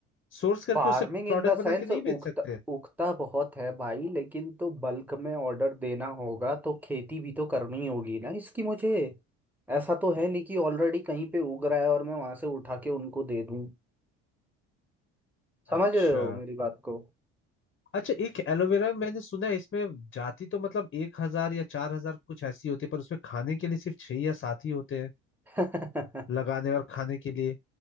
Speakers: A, on the left; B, in the centre.
A: सोर्स करके
B: फार्मिंग
A: उससे प्रोडक्ट
B: इन द
A: बना
B: सेंस
A: के नहीं
B: उगता
A: बेच सकते
B: उगता बहुत है भाई लेकिन तो बल्क में ऑर्डर देना होगा तो खेती भी तो करनी होगी ना इसकी मुझे ऐसा तो है नहीं कि ऑलरेडी कहीं पे उग रहा है और मैं वहां से उठा के उनको दे दूं समझ
A: अच्छा
B: रहे हो मेरी बात को
A: अच्छा एक एलोवेरा मैंने सुना है इसमें जाति तो मतलब एक हजार या चार हजार कुछ ऐसी होती है पर उसमें खाने के लिए सिर्फ छह या सात ही होते हैं
B: <laughs>
A: लगाने और खाने के लिए